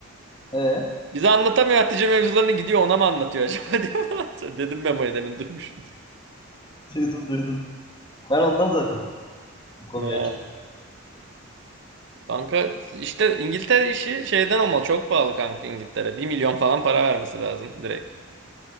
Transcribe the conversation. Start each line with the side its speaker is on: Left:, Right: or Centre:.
Left: ee,
Right: Bize anlatamıyor Hatice mevzularını gidiyor ona mı anlatıyor acaba <laughs> diye falan. Dedim Memo'ya demin duymuşum.
Left: duydum duydum. Ben ondan zaten bu konuyu
Right: Ha.
Left: açtım.
Right: Kanka işte İngiltere işi şeyden olmalı. Çok pahalı kanka İngiltere. bir milyon falan para vermesi lazım direkt.